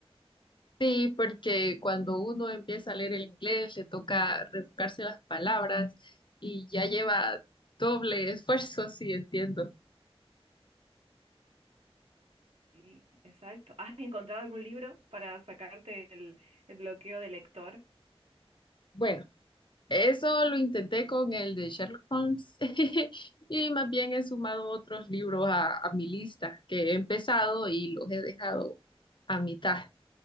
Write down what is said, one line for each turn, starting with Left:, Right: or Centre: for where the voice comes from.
Left: Sí, porque cuando uno empieza a leer el inglés le toca rebuscarse las palabras y ya lleva doble esfuerzo, sí, entiendo.
Right: Sí, exacto. ¿Has encontrado algún libro para sacarte el, el bloqueo de lector?
Left: Bueno, eso lo intenté con el de Sherlock Holmes <laughs> y más bien he sumado otros libros a, a mi lista que he empezado y los he dejado a mitad,